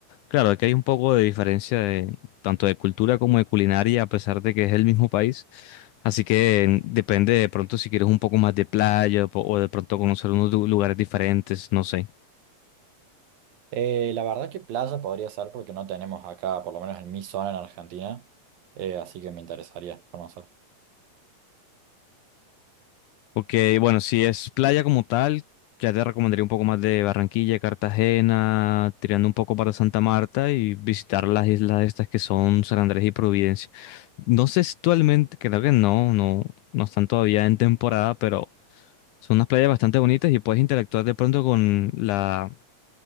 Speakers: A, on the left; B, on the right.
A: Claro, aquí hay un poco de diferencia de, tanto de cultura como de culinaria, a pesar de que es el mismo país. Así que eh, depende de pronto si quieres un poco más de playa o po- o de pronto conocer unos du- lugares diferentes, no sé.
B: Eh, la verdad que playa podría ser porque no tenemos acá, por lo menos en mi zona en Argentina, eh, así que me interesaría conocer.
A: Ok, bueno, si es playa como tal, ya te recomendaría un poco más de Barranquilla, Cartagena, tirando un poco para Santa Marta y visitar las islas estas que son San Andrés y Providencia. No sé si actualmente, creo que no, no, no están todavía en temporada, pero son unas playas bastante bonitas y puedes interactuar de pronto con la,